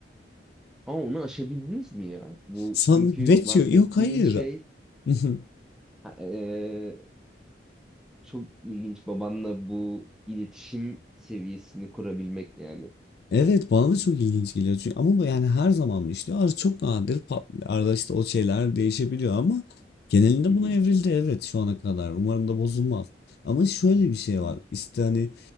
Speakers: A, in the centre; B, on the left (about 55°).
A: Ama onu aşabildiniz mi ya? Bu
B: San
A: çünkü
B: Vecchio
A: bahsettiğin
B: yok hayır.
A: şey
B: <laughs>
A: ha- e, çok ilginç babanla bu iletişim seviyesini kurabilmek yani.
B: Evet bana da çok ilginç geliyor çünkü ama bu yani her zaman mı işliyor? Ar- çok nadir pat- arada işte o şeyler değişebiliyor ama genelinde
A: Hı hı.
B: buna evrildi evet şu ana kadar. Umarım da bozulmaz. Ama şöyle bir şey var.
A: Hı
B: İşte hani